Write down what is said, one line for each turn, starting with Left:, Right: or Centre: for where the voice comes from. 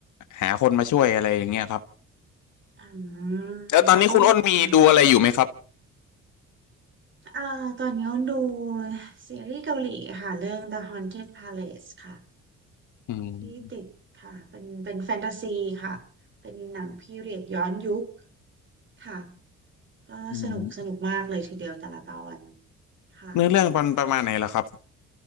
Left: หาคนมาช่วยอะไรอย่างเงี้ยครับ
Right: อืม
Left: แล้วตอนนี้คุณอ้นมีดูอะไรอยู่ไหมครับ
Right: แล้วเขาค่ะอ่าตอนนี้เขาดูซีรีส์เกาหลีค่ะเรื่อง The Haunted Palace ค่ะ
Left: อืม
Right: ที่ติดค่ะเป็นเป็นแฟนตาซีค่ะเป็นหนังพีเรียดย้อนยุคค่ะ ก็สนุกสนุกมากเลยทีเดียวแต่ละตอน
Left: อืม
Right: ค่ะ
Left: เนื้อเรื่องมันประมาณไหนล่ะครับ